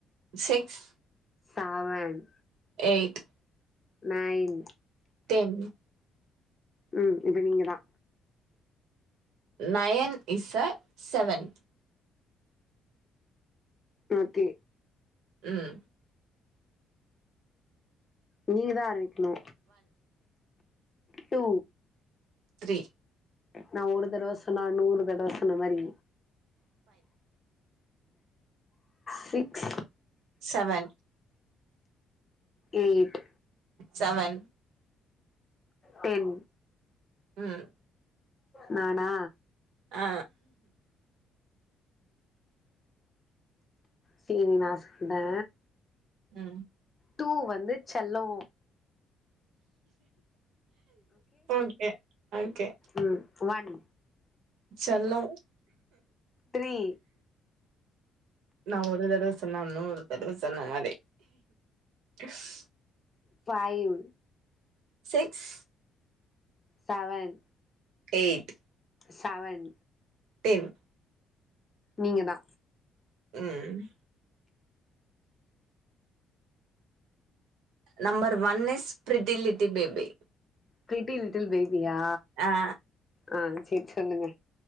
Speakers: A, on the right; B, on the left.
A: six
B: seven
A: eight
B: nine
A: ten
B: ம் இது நீங்கதா
A: nine is a seven
B: okay
A: ம்
B: நீங்கதா ஆரம்பிக்கணு டு
A: த்ரி
B: நா ஒரு தடவ சொன்னா நூறு தடவ சொன்ன மாரி six
A: seven
B: eight
A: seven
B: ten
A: ம்
B: நானா
A: ஆ
B: சேரி நா சொல்டே
A: ம்
B: டூ வந்து செல்லோ
A: ஓகே ஓகே
B: ம் வொன்
A: செல்லோ
B: த்ரீ
A: நா ஒரு தடவ சொன்னா நூறு தடவ சொன்ன மாரி டிஸ்
B: five
A: six
B: seven
A: eight
B: seven
A: ten
B: நீங்க தா
A: ம் number one is pretty little baby
B: pretty little பேபியா
A: ஆ
B: ஆ சேர் சொல்லுங்க